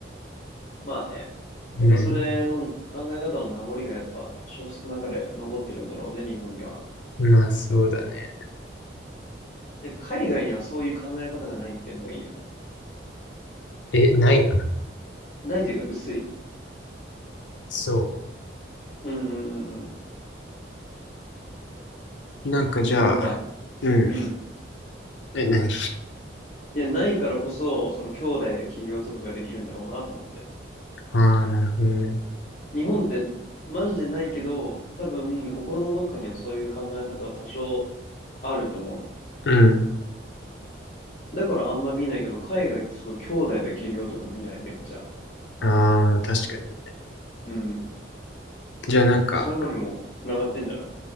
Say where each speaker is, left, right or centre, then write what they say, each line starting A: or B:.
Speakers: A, on the left (about 40°); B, on the left (about 75°).
A: まあね。
B: <laughs>
A: やっぱそれの考え方の名残がやっぱ多少少なかれ残ってるんだろうね、
B: うん、
A: 日本には。
B: まあそうだね。
A: やっぱ海外にはそういう考え方がないっていうのがいいよね。
B: え、ないの
A: ないというか薄い。
B: そ
A: うんうんうんうん。
B: う。なんかじゃあ、
A: なんか、
B: うん。
A: うん。
B: え、何
A: いや、ないからこそ、その兄弟で起業とかができるんだろうなと思って。
B: ああ、なるほどね。
A: 日本ってマジでないけど、多分心のどっかにはそういう考え方は多少あると思うの。
B: うん。
A: だからあんま見ないけど、海外ってすごい兄弟で起業とか見ない、めっちゃ。
B: ああ、確かに。
A: うん。
B: じゃあなんか、
A: そういうのにも繋がってんじゃない